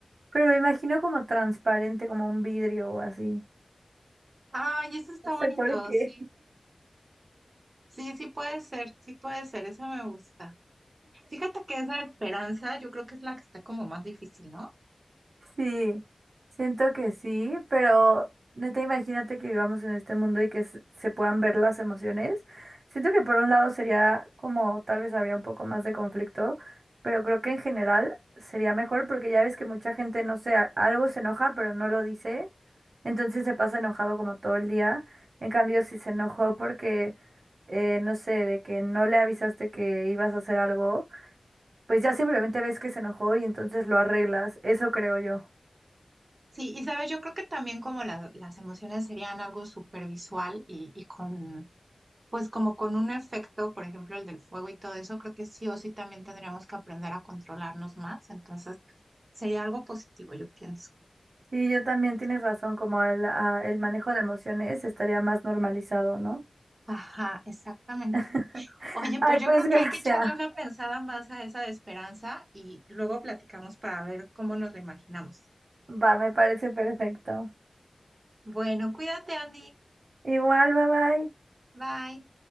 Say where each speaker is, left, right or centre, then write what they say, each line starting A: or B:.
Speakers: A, on the right; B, on the right.
A: pero me imagino como transparente, como un vidrio o así.
B: Ay, eso está
A: No sé
B: bonito,
A: por qué.
B: sí. Sí, sí puede ser, sí puede ser, esa me gusta. Fíjate que esa esperanza yo creo que es la que está como más difícil, ¿no?
A: Sí, siento que sí, pero neta, imagínate que vivamos en este mundo y que se se puedan ver las emociones. Siento que por un lado sería como tal vez habría un poco más de conflicto, pero creo que en general sería mejor porque ya ves que mucha gente, no sé, a- algo se enoja, pero no lo dice, entonces se pasa enojado como todo el día. En cambio, si se enojó porque, eh, no sé, de que no le avisaste que ibas a hacer algo, pues ya simplemente ves que se enojó y entonces lo arreglas. Eso creo yo.
B: Sí, y sabes, yo creo que también como la- las emociones serían algo supervisual y, y con pues como con un efecto, por ejemplo, el del fuego y todo eso, creo que sí o sí también tendríamos que aprender a controlarnos más. Entonces, sería algo positivo, yo pienso.
A: Sí, yo también tienes razón, como el, a- el manejo de emociones estaría más normalizado, ¿no?
B: Ajá, exactamente.
A: <laughs>
B: Oye,
A: Ay,
B: pues yo
A: pues
B: creo
A: gracias.
B: que hay que echarle una pensada más a esa de esperanza y luego platicamos para ver cómo nos la imaginamos.
A: Va, me parece perfecto.
B: Bueno, cuídate, Andy.
A: Igual, bye bye.
B: Bye.